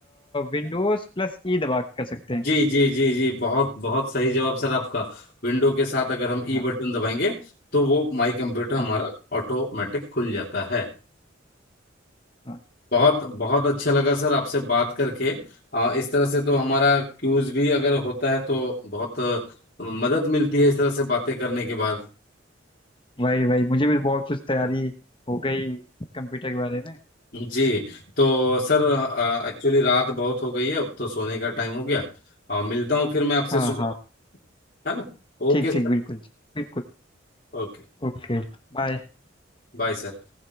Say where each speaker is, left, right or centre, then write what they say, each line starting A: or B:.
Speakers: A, on the left; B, on the left.
A: विंडोज प्लस ई दबा के कर सकते हैं
B: जी जी जी जी बहुत बहुत सही जवाब सर आपका विंडो के साथ अगर हम ई
A: हाँ
B: बटन दबाएंगे तो वो माई कंप्यूटर हमारा
A: हाँ
B: ऑटोमेटिक खुल जाता है
A: हाँ
B: बहुत बहुत अच्छा लगा सर आपसे बात करके आ, इस तरह से तो हमारा क्यूज भी अगर होता है तो बहुत अ, मदद मिलती है इस तरह से बातें करने के बाद
A: वही वही मुझे भी बहुत कुछ तैयारी हो गई कंप्यूटर के बारे में
B: जी तो सर एक्चुअली रात बहुत हो गई है अब तो सोने का टाइम हो गया आ, मिलता हूँ फिर मैं आपसे
A: हाँ
B: सुबह
A: हाँ
B: है ना Okay
A: ठीक
B: sir
A: ठीक बिल्कुल बिल्कुल
B: Okay
A: ओके बाय
B: Bye sir